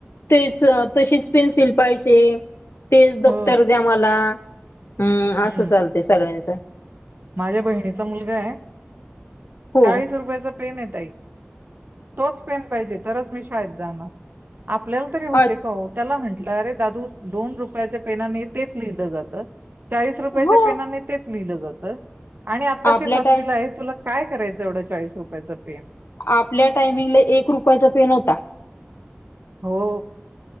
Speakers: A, on the left; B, on the right.
A: तेच तसेच पेन्सिल पाहिजे. तेच दप्तर
B: हो,
A: द्या मला. हम्म असं
B: हं.
A: चालते सगळ्यांचं.
B: माझ्या बहिणीचा मुलगा आहे
A: हो
B: चाळीस रुपयाचा प्लेन ये ताई. तोच पेन पाहिजे तरच मी शाळेत जाणार आपल्याला तरी होते
A: अ
B: का हो त्याला म्हण ल अरे दादू दोन रुप यच्या पेनाने तेच लिहिलं जात. चाळीस रुपयाच्या
A: हो
B: पेनाने तेच लिहिलं जातं. तं. आणि आताशी
A: आपल्या
B: सातवीला
A: टाय
B: आहे तुला काय करायचं एवढा चाळीस रुप याचा पेन.
A: आपल्या टायमिंगला एक रुपयाचा पेन होता.
B: हो.